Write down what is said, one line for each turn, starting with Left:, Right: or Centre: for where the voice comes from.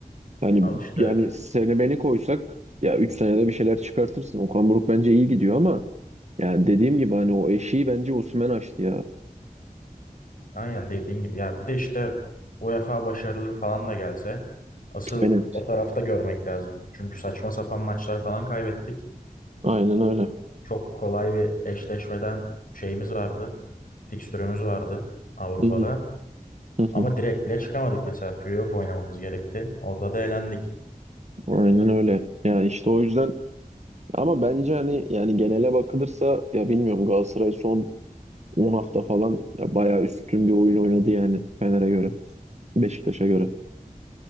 Right: Hani
Left: Alıştı.
Right: yani seni beni koysak ya 3 senede bir şeyler çıkartırsın. Okan Buruk bence iyi gidiyor ama yani dediğim gibi hani o eşiği bence Osimhen açtı ya.
Left: Aynen dediğin gibi ya bir de işte UEFA başarıları falan da gelse asıl
Right: Aynen.
Left: o tarafta görmek lazım. Çünkü saçma sapan maçlar falan kaybettik.
Right: Aynen öyle.
Left: Çok kolay bir eşleşmeden şeyimiz vardı. Fikstürümüz vardı Avrupa'da.
Right: Hı hı, hı
Left: Ama
Right: hı.
Left: direkt bile çıkamadık mesela playoff oynamamız gerekti. Orada da elendik.
Right: Aynen öyle. Yani işte o yüzden ama bence hani yani genele bakılırsa ya bilmiyorum Galatasaray son 10 hafta falan ya bayağı üstün bir oyun oynadı yani Fener'e göre, Beşiktaş'a göre.